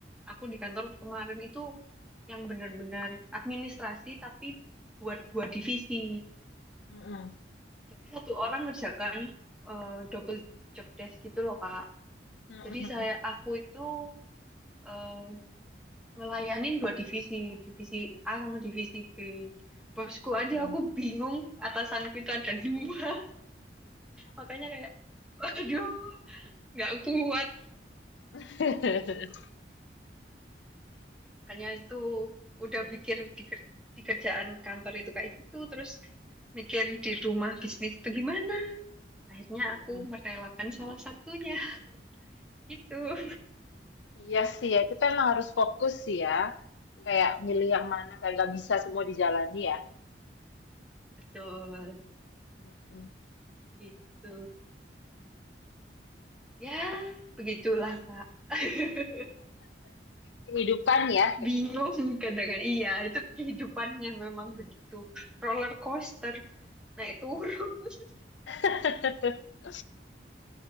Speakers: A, in the centre; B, on the left.
A: aku di kantor kemarin itu yang bener-bener administrasi tapi buat dua divisi.
B: mm-mm,
A: Jadi satu orang ngerjakan eh, double job desk gitu loh Kak.
B: mm-mm,
A: Jadi saya aku itu eh, ngelayanin dua divisi, divisi A sama divisi B. Bosku
B: mm-mm.
A: aja aku bingung atasanku itu ada dua. <laughs> Makanya kayak, waduh, nggak kuat.
B: <laughs>
A: Makanya itu udah pikir di, ker- di kerjaan kantor itu kayak gitu, terus mikir di rumah bisnis itu gimana. Akhirnya
B: Mm-mm.
A: aku merelakan salah satunya. <laughs> Gitu.
B: Iya sih ya, kita emang harus fokus sih ya. Kayak milih yang mana, kayak nggak bisa semua dijalani ya.
A: Betul,
B: Mm-mm.
A: gitu. Ya, begitulah, Kak. <laughs>
B: Kehidupan ya.
A: Bingung kadang Iya, itu kehidupannya memang begitu. Roller coaster, naik turun. <laughs>
B: <laughs>